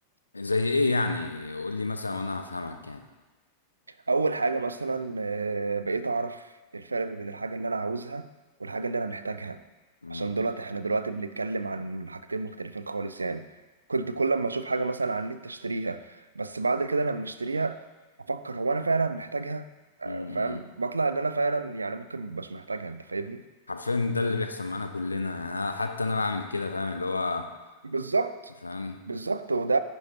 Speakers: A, on the left; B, on the right.
A: زي ايه يعني قول لي مثلا وانا هفهمك يعني
B: اول حاجه مثلا آه، بقيت اعرف الفرق ما بين الحاجه اللي انا عاوزها والحاجه اللي انا محتاجها
A: مم.
B: عشان دلوقتي احنا دلوقتي بنتكلم عن حاجتين مختلفين خالص يعني كنت
A: مم.
B: كل ما اشوف حاجه مثلا على النت اشتريها بس بعد كده لما اشتريها افكر هو انا فعلا محتاجها آه،
A: مم.
B: فاهم بطلع ان انا فعلا يعني ممكن مش محتاجها انت فاهمني
A: حرفيا ده اللي بيحصل معانا كلنا يعني أنا حتى انا بعمل كده فاهم اللي هو
B: بالظبط
A: فاهم
B: بالظبط وده